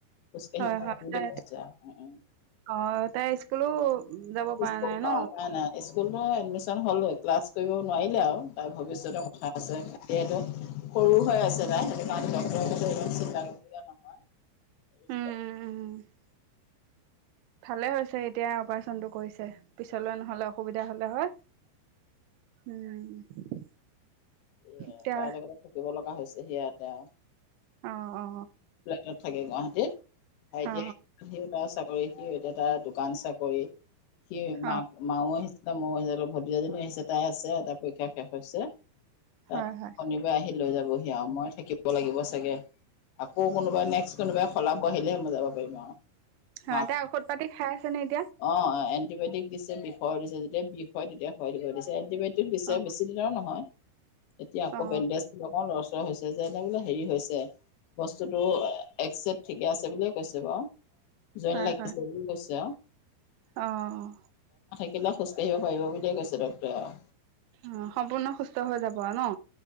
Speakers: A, on the left; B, on the right.
A: খোজকাঢ়িব
B: হয়, হয় <unintelligible>
A: বুলি কৈছে আৰু
B: অ', তাই <unintelligible> পৰা
A: ইস্কুল
B: নাই ন
A: অ', নাই, নাই ইস্কুল এডমিচন হ'ল, ক্লাছ কৰিব নোৱাৰিলে আৰু তাই ভৱিষতৰ কথা আছে যিহেতু সৰু হৈ আছে তাই সেইটো কাৰণে ডক্তৰে কৈছে ইমান চিন্তা কৰিবলগীয়া নহয়।
B: উম
A: সৰুতে
B: উম উম। ভালে হৈছে এতিয়া অপা চনটো কৰিছে, পিছলৈ নহ'লে অসুবিধা হ'লে হয়। উম।
A: এ
B: এতিয়া
A: তাই লগতে থাকিব লগা হৈছে সিহঁতে আও।
B: অ অ
A: <unintelligible> থাকে গুৱাহাটীত ভাইটিয়ে
B: অ অ
A: সেই <unintelligible> কৰি সি এতিয়া তাই দোকান চাকৰি সি মা
B: অ
A: মাও শিচ ময়ো শি দুয়োজনী আহিছে তাই আছে তাইৰ পৰীক্ষা শেষ হৈছে।
B: হয়
A: তাৰ শনিবাৰে
B: হয়
A: আহি লৈ যাব হিয় আৰু মই থাকিব লাগিব চাগে। আকৌ কোনোবা নেক্সট কোবাই খলাব আহিলেহে মই যাব পাৰিম আৰু।
B: অ,
A: মাক
B: তাই ঔষধ পাতি খাই আছে নে এত
A: অ', এ এণ্টিবায়টিক দিছে বিষৰ দিছে যেতিয়া বিষ হয় তেতিয়া খুৱাই দিছে, এণ্টিবায় পিছে
B: অ
A: বেছি দিনৰ নহয়। এতিয়া আক
B: অ
A: বেণ্ডেজ নহওঁ লৰচৰ হৈছে। যেনে বোলে হেৰি হৈছে বস্তুটো একচেট ঠিকে আছে বুলিয়ে কৈছে বাৰু। জইন
B: হয়
A: লাগিছে
B: হয়
A: বুলি কৈছে আও।
B: অ'
A: খোজ কাঢ়িব পাৰিব বুলিয়ে কৈছে ডক্তৰে আৰু।
B: হম, সম্পূৰ্ণ সুস্থ হৈ যাব ন?